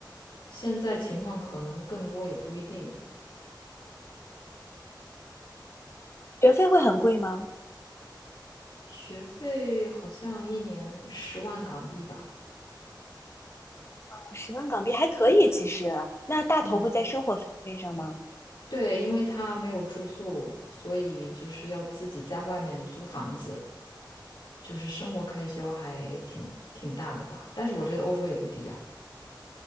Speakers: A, on the left; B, on the left.
A: 现在情况可能更多，也不一定。
B: 学费会很贵吗？
A: 学费好像一年十万港币吧。
B: 啊十万港币还可以，其实。那大头会在生活费上吗？
A: 嗯，对，因为他没有住宿，所以就是要自己在外面租房子。就是生活开销还挺挺大的吧。但是我觉得欧洲也不低啊。